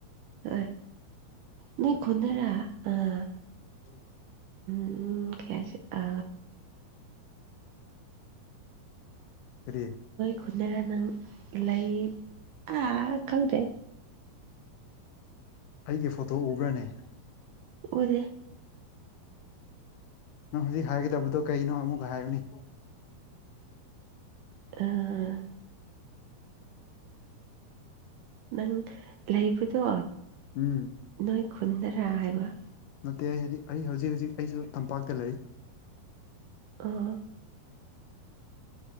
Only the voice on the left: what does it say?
ꯎꯝ꯫
ꯇꯔꯤ
ꯑꯩꯒꯤ ꯐꯣꯇꯣ ꯎꯕ꯭ꯔꯅꯦ
ꯅꯪ ꯍꯧꯖꯤꯛ ꯍꯥꯏꯒꯗꯕꯗꯣ ꯀꯩꯅꯣ ꯑꯃꯨꯛꯀ ꯍꯥꯏꯌꯨꯅꯤ
ꯎꯝ
ꯅꯠꯇꯦ ꯑꯩ ꯍꯥꯏꯗꯤ ꯑꯩ ꯍꯧꯖꯤꯛ ꯍꯧꯖꯤꯛ ꯑꯩꯁꯨ ꯇꯝꯄꯥꯛꯇ ꯂꯩ